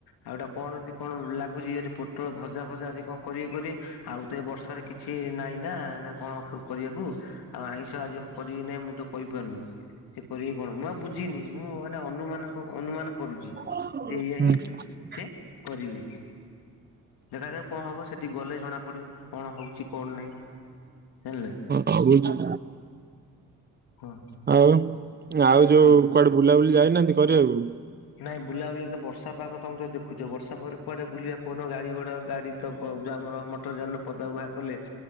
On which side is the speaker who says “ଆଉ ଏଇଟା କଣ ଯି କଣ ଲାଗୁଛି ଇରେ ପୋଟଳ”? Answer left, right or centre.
Left